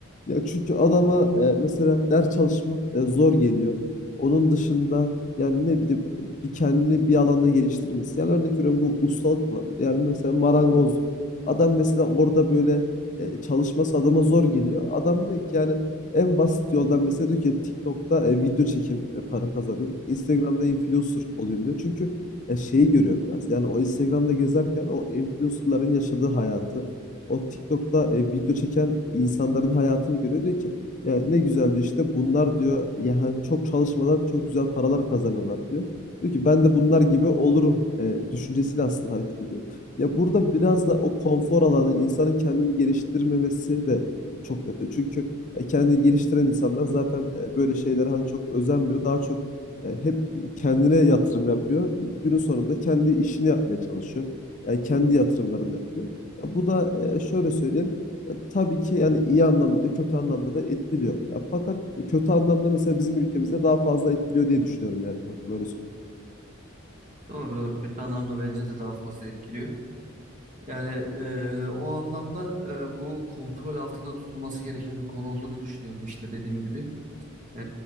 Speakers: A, on the left; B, on the right.
A: Ya çünkü adama, eee, mesela ders çalışmak, eee, zor geliyor. Onun dışında, yani, ne bileyim, bir kendini bir alanda geliştirmesi, yani, örnek veriyorum, bu ustalık olabilir. Yani, mesela marangozluk. Adam mesela orada, böyle, eee, çalışması adama zor geliyor. Adam diyor ki, yani, en basit yoldan mesela diyor ki TikTok'ta, eee, video çekim eee, para kazanayım. Instagram'da influencer olayım diyor. Çünkü, eee, şeyi görüyor biraz, yani, o Instagram'da gezerken o influencer'ların yaşadığı hayatı, o TikTok'ta e, video çeken insanların hayatını görüyor. Diyor ki ya ne güzel diyor işte bunlar diyor yani çok çalışmadan çok güzel paralar kazanıyorlar diyor. Diyor ki ben de bunlar gibi olurum e, düşüncesiyle aslında hareket ediyor. Ya burada biraz da o konfor alanı insanın kendini geliştirmemesi de çok yatıyor. Çünkü e, kendini geliştiren insanlar zaten e, böyle şeylere hani çok özenmiyor. Daha çok e, hep kendine yatırım yapıyor. Günün sonunda kendi işini yapmaya çalışıyor. Yani kendi yatırımlarını yapıyor. Ya bu da, eee, şöyle söyleyeyim, ya tabii ki, yani, iyi anlamda da kötü anlamda da etkiliyor. Ya fakat, e, kötü anlamda mesela bizim ülkemizde daha fazla etkiliyor diye düşünüyorum yani kanka, böyle söyleyeyim.
B: Doğru doğru kötü anlamda bence de daha fazla etkiliyor. Yani e, o anlamda e, bu kontrol altında tutulması gereken bir konu olduğunu düşünüyorum işte dediğim gibi. E,